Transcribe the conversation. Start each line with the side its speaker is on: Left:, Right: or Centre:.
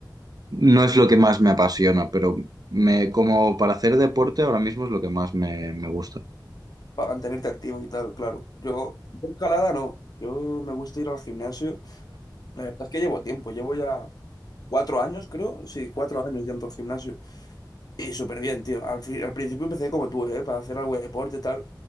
Right: No es lo que más me apasiona, pero me, como para hacer deporte ahora mismo es lo que más me, me gusta.
Left: para mantenerte activo y tal, claro. Yo, yo escalada no, yo me gusta ir al gimnasio. La verdad es que llevo tiempo, llevo ya cuatro años, creo. Sí, cuatro años ya en gimnasio. Y súper bien, tío. Al, fi- al principio empecé como tú, ¿eh? Para hacer algo de deporte y tal.